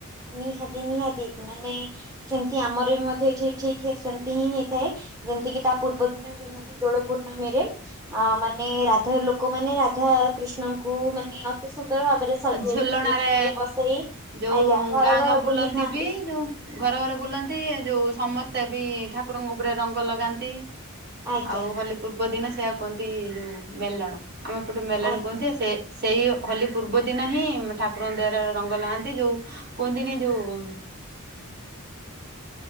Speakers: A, on the right (about 15°); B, on the right (about 50°).
A: ନିହାତି ନିହାତି ମାନେ ସେମିତି ଆମର ବି ମଧ୍ୟ ଏଠି ଠିକ ସେମିତି ହିଁ ହେଇଥାଏ ଯେମତିି ତା ପୂର୍ବ ଦ ଯେଉଁନା କି ଦୋଳ ପୂର୍ଣ୍ମ ରେ ଅ ମାନେ ରାଧା ଲୋକମାନୋନେ ରାଧା କୃଷ୍ଣଙ୍କୁ ମାନେ ଅତି ସୁନ୍ଦର ଭାବରେ ସଜେଇକି
B: ଝୁଲଣାରେ
A: ବିମାନ ରେ ବସେଇ
B: ଯୋଉ
A: ଆଜ୍ଞା। ଘର
B: ଗାଁ
A: ଘର
B: ଗାଁ ବୁଲନ୍ତି
A: ବୁଲିଥାନ୍ତି
B: ବି ଯୋଉ ଘର ଘର ବୁଲନ୍ତି ଯୋଉ ସମ ସମସ୍ତେ ବି ଠାକୁରଙ୍କ ଉପରେ ରଙ୍ଗ ଲଗାନ୍ତି।
A: ଆଜ୍ଞା
B: ଆଉ ହୋଲି ପୂର୍ବ ଦିନ ସେଇଆ କୁହନ୍ତି ଯୋଉ ମେଲଣ। ଆମେ ପଟେ ମେଲାଣି
A: ଆଜ୍ଞା।
B: କୁହନ୍ତି ସେ ସେଇ ହୋଲି ପୂର୍ବ ଦିନ ହିଁ ଠାକୁରଙ୍କ ଦହର ରଙ୍ଗ ଲଗନ୍ତି ଯୋଉ କୁହନ୍ତିନି ଯୋଉ